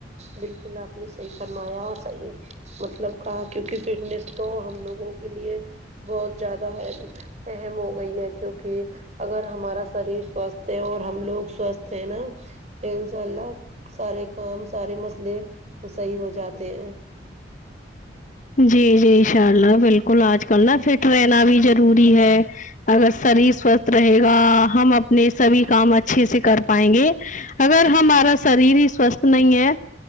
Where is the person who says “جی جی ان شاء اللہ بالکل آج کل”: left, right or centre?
Left